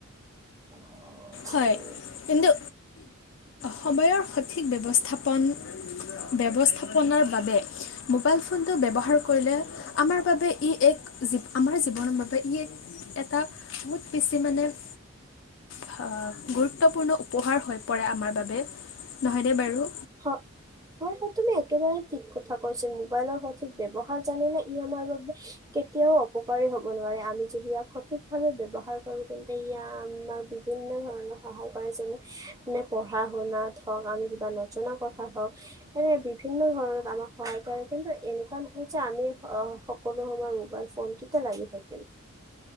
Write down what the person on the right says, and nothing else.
<unintelligible>
হয়। হয়-হয়, তুমি একেবাৰে ঠিক কথা কৈছা মোবাইলৰ সঠিক ব্যৱহাৰ জানিলে ই আমাৰ বাবে কেতিয়াও অপকাৰী হ'ব নোৱাৰে, আমি যদি ইয়াক সঠিকভাৱে ব্যৱহাৰ কৰোঁ তেন্তে ইয়া আমাৰ বি ভিন্ন ধৰণৰ সহায় কৰে, যেনে <unintelligible> পঢ়া শুনাত হওঁক আমি কিবা ন জনা, কথা হওক এনে বিভিন্ন ধৰণত আমাক সহায় কৰে, কিন্তু এনেকুৱা নহয় যে আমি অ' সকলো সময় মোবাইল ফোনটোতে লাগি থাকিম।